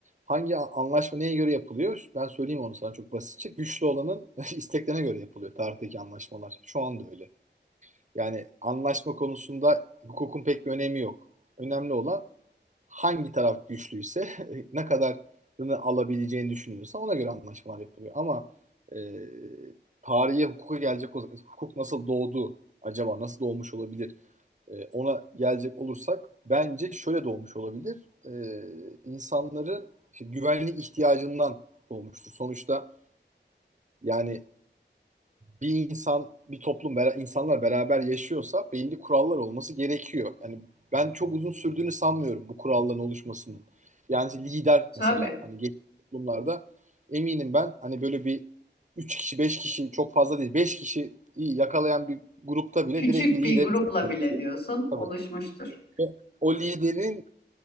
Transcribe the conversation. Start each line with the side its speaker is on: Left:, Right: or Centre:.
Right: hangi anlaşma neye göre yapılıyor? Ben söyleyeyim onu sana çok basitçe. Güçlü olanın <laughs> isteklerine göre yapılıyor tarihteki anlaşmalar. Şu anda öyle. Yani anlaşma konusunda hukukun pek bir önemi yok. Önemli olan hangi taraf güçlüyse <laughs> ne kadarını alabileceğini düşünüyorsa ona göre anlaşmalar yapılıyor. Ama e, tarihe hukuka gelecek olsak hukuk nasıl doğdu acaba? Nasıl doğmuş olabilir? e, ona gelecek olursak bence şöyle doğmuş olabilir. E, insanların işte güvenlik ihtiyacından doğmuştur. Sonuçta yani bir insan, bir toplum, insanlar beraber yaşıyorsa belli kurallar olması gerekiyor. Yani ben çok uzun sürdüğünü sanmıyorum bu kuralların oluşmasının. Yani lider
Left: Tabii.
Right: mesela hani geçmiş toplumlarda eminim ben hani böyle bir 3 kişi 5 kişi çok fazla değil 5 kişi yakalayan bir grupta bile
Left: Küçük
Right: direkt bir
Left: bir
Right: lideri
Left: grupla
Right: seçmesi.
Left: bile diyorsun
Right: Tabii.
Left: oluşmuştur.
Right: O, o liderin